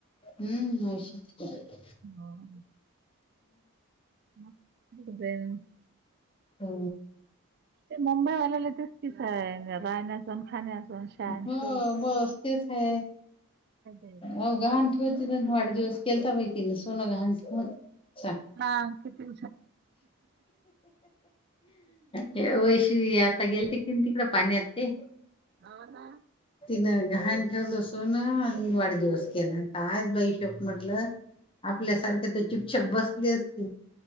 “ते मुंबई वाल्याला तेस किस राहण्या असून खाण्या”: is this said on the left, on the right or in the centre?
Right